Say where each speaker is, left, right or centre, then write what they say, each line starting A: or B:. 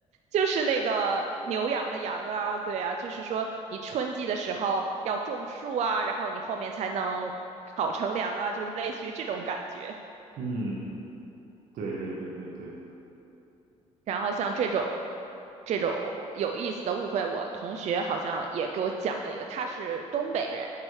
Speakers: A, on the right; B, on the right.
A: 就是那个牛羊的羊啊，对啊，就是说你春季的时候要种树啊，然后你后面才能好乘凉啊，就是类似于这种感觉。
B: 嗯，对对对对对，
A: 然后像这种这种有意思的误会，我同学好像也给我讲了一个，他是东北人，